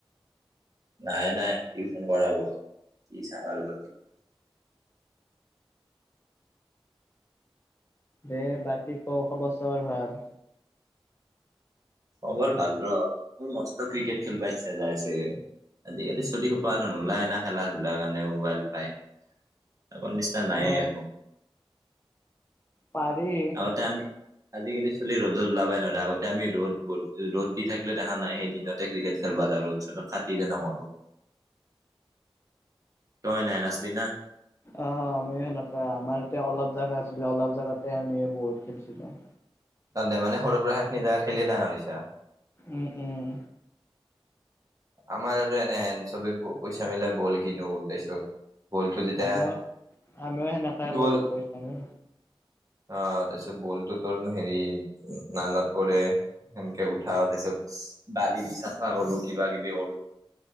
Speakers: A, on the right (about 35°); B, on the left (about 25°).
A: নাই নাই টিউচন কৰাব। কি চাম আৰু
B: দে বাকী ক খবৰ চবৰ ভাল?
A: খবৰ ভাল। ৰ মোৰ মস্ত ক্ৰিকেট খেলব ইচ্ছা যাইছে। আজিকালি চুলি খোপা আৰু নোলায় না, খেলা ধূলাৰ কাৰণে মোবাইল পায়। আগৰ নিচিনা নাইয়ে
B: অ
A: একো।
B: পাৰি।
A: আগতে আমি, আজিকালি ছোৱালী ৰ'দত ওলাবই নোৱাৰে, আগতে আমি ৰ'দ ৰ'দ দি থাকিলে দেখা নাই। সেই দিনতে ক্ৰিকেট খেল ব যা ৰ'দ চদ খাতিৰে নকৰো। তই নাই নচলি না?
B: অ আমি সেনেকুৱা। আমাৰ এতিয়া অলপ জাগা আছিলে অলপ জাগাতে আমি বহুত খেলিছিলো।
A: তে মানে সৰুৰ পৰা সেইখি জেগাত খেলিয়ে ডাঙৰ হৈছা।
B: উম উম।
A: আমাৰ আৰু এনে চবেই পইচা মিলাই বল কিনো তাৰপিছত বলটো যেতিয়া,
B: আমিও আমিও সেনেকাই কৰো
A: দল
B: পইচা নি।
A: অ তাৰপিছত বলটো তোৰ হেৰি নালাত পৰে, সেনকে উঠা তাৰপিছত বালি দি চাফা কৰো কিবা কিবি কৰো